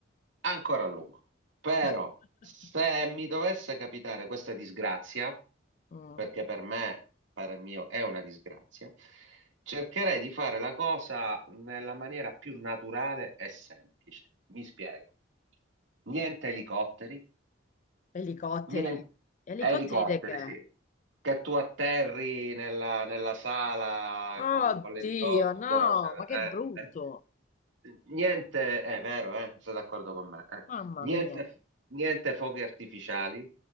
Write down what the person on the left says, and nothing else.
<laughs>
Mm,
elicotteri.
Elicotteri
di che?
Oddio,
no,
ma che
brutto.
Mamma
mia.